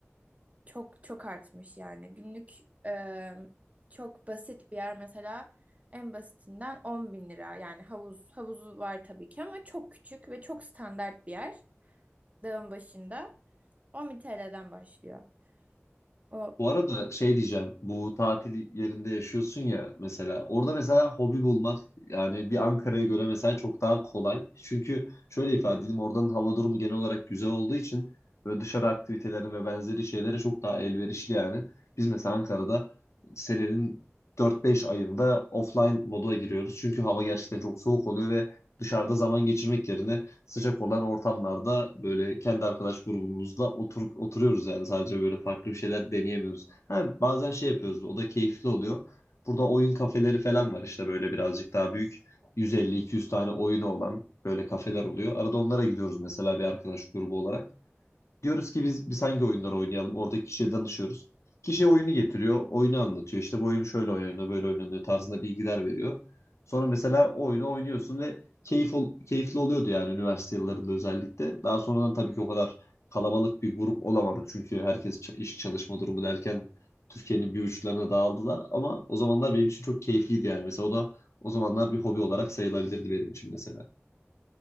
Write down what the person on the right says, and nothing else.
çok çok artmış yani. Günlük e, çok basit bir yer mesela en basitinden 10 bin lira. Yani havuz havuzu var tabii ki ama çok küçük ve çok standart bir yer. Dağın başında 10 bin TL'den başlıyor. O